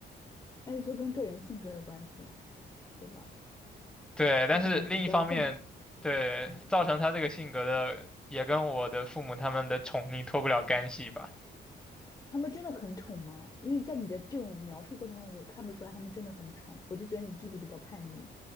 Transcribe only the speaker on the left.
但是就跟个人性格有关系了，对吧？
他可能比较更
嗯，
他们真的很宠吗？因为在你的这种描述过程中，我也看不出来他们真的很宠，我就觉得你弟弟比较叛逆。